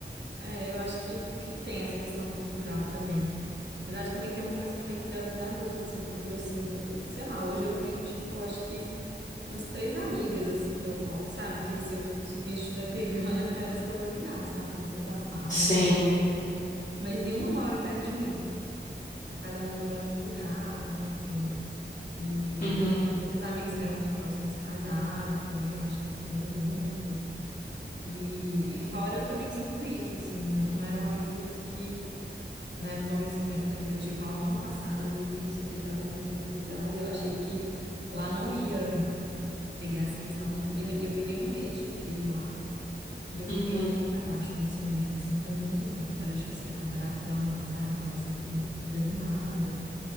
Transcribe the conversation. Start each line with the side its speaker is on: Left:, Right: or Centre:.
Right: É, eu acho que, que tem essa questão cultural também. Mas acho que também tem uma coisa que é meio que da vida adulta, assim, porque eu sinto, sei lá, hoje eu tenho, tipo, acho que umas três amigas, assim, que eu posso, sabe? Que se, eu, se o bicho estiver <laughs> pegando, é pra elas que eu vou ligar, sabe? Pra desabafar,
Left: Sim.
Right: pra conversar. Mas nenhuma mora perto de mim. Tá cada uma morando num lugar, né? Enfim. E
Left: Uhum,
Right: muitas amigas que eram muito próximas casaram também, eu acho que isso muda muito. E, e fora eu também sinto isso, assim, não, não eram amigos que, né, nos momentos que, me- também que eu tive mal no ano passado, eu vivi isso, eu fiquei quatro meses em Portugal e eu achei que lá não ia pegar essa questão do frio, e eu peguei um mês de frio lá, e eu fiquei
Left: uhum.
Right: muito para baixo nesse um mês, assim, foi muito ruim, tipo, era difícil levantar da cama, sabe, eu tava sempre desanimada,